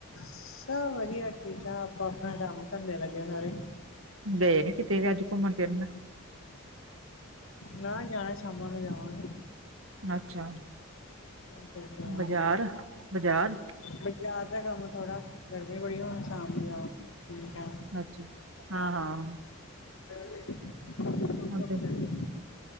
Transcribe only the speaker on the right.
ਗਏ ਨੀ ਕਿਤੇ ਵੀ ਅੱਜ, ਘੁੰਮਣ ਫਿਰਨ?
ਅੱਛਾ।
ਬਾਜ਼ਾਰ? ਬਾਜ਼ਾਰ?
ਅੱਛ ਹਾਂ-ਹਾਂ।
ਹੁਣ
ਤੇ